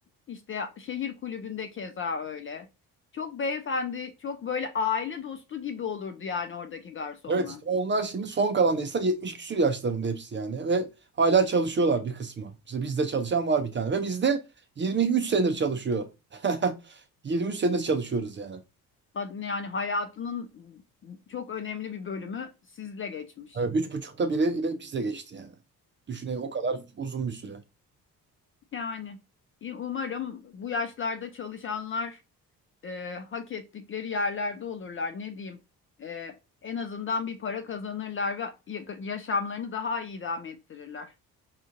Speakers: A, on the left; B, on the right.
A: İşte şehir kulübünde keza öyle. Çok beyefendi, çok böyle aile dostu gibi olurdu yani oradaki garsonlar.
B: Evet işte onlar şimdi son kalan nesiller 70 küsür yaşlarında hepsi yani ve hala çalışıyorlar bir kısmı. İşte bizde çalışan var bir tane ve bizde 23 senedir çalışıyor. <laughs> 23 senedir çalışıyoruz yani.
A: Ha- Yani hayatının çok önemli bir bölümü sizle geçmiş.
B: Evet. Üç buçukta biri ile bizde geçti yani. Düşünün o kadar uzun bir süre.
A: Yani e, umarım bu yaşlarda çalışanlar e, hak ettikleri yerlerde olurlar. Ne diyeyim? E, en azından bir para kazanırlar ve yaşamlarını daha iyi idame ettirirler.